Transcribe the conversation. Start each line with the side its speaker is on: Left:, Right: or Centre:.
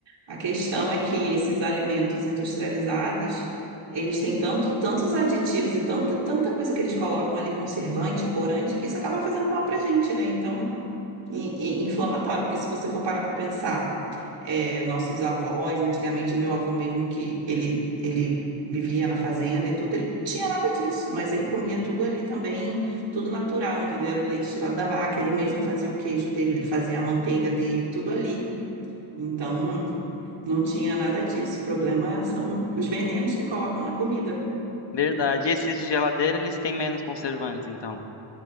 Right: A questão é que esses alimentos industrializados, eles têm tanto, tantos aditivos e tanta, tanta coisa que eles colocam ali, conservante, corante, que isso acaba fazendo mal para a gente, né? Então, e, e inflamatório, porque se você for parar para pensar é, nossos avós, antigamente meu avô mesmo que ele ele vivia na fazenda e tudo, ele não tinha nada disso, mas ele comia tudo ali também, tudo natural, entendeu? Era o leite tirado da vaca, ele mesmo fazia o queijo dele, ele fazia a manteiga dele, tudo ali. Então, não tinha nada disso. O problema são os venenos que colocam na comida.
Left: Verdade. E esses de geladeira, eles têm menos conservantes, então.